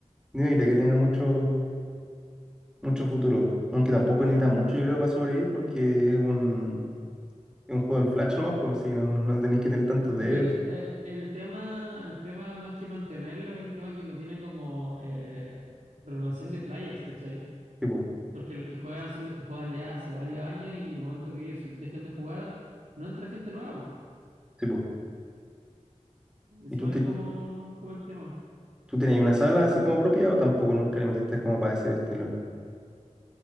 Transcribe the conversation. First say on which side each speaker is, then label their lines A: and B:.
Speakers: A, in the centre; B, on the right.
A: no diría que tenga mucho. mucho futuro. Aunque tampoco necesitas mucho, yo creo, para sobrevivir, porque es un, es un juego en Flash nomás, pues, si no, no tenés que tener tanto dev.
B: Es que eh, el tema, el tema más que mantenerlo es el tema que no tiene como eh, renovación de players, ¿cachai?
A: Tipo,
B: Porque los que juegan son los que juegan ya hace varios años y el momento que ellos se dejen de jugar, no entra gente nueva.
A: tipo.
B: Es
A: ¿Y tú,
B: igual
A: te-
B: es como, como el tema.
A: tú tenías una sala así como propia o tampoco nunca le metiste como para ese estilo?